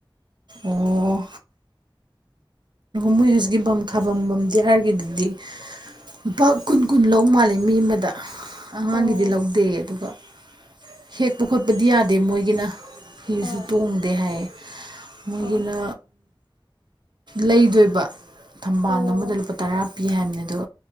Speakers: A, on the right; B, on the left.
A: ꯑꯣ ꯃꯣꯏ ꯍꯧꯖꯤꯛꯀꯤ ꯕꯝ ꯈꯥꯐꯝꯝꯝꯕꯝꯗꯤ ꯌꯥꯔꯒ ꯑꯗꯨꯗꯤ ꯂꯨꯄꯥ ꯀꯨꯟ ꯀꯨꯟ ꯂꯧ ꯃꯥꯜꯂꯤꯦ ꯃꯤ ꯑꯃꯗ ꯑꯉꯥꯡꯒꯤꯗꯤ
B: ꯑꯣ
A: ꯂꯧꯗꯦ ꯑꯗꯨꯒ ꯍꯦꯠꯄꯈꯨꯠꯄꯗꯤ ꯌꯥꯗ ꯑꯗꯩ ꯃꯣꯏꯒꯤꯅ ꯐꯤꯁꯨ
B: ꯑꯥ
A: ꯇꯣꯡꯗꯦ ꯍꯥꯏꯌꯦ ꯃꯣꯏꯒꯤꯅ
B: ꯑꯥ
A: ꯂꯩꯗꯣꯏꯕ ꯊꯝꯕꯥꯜ
B: ꯑꯣ
A: ꯑꯃꯗ ꯂꯨꯄꯥ ꯇꯔꯥ ꯄꯤ ꯍꯥꯏꯕꯅꯦ ꯑꯗꯣ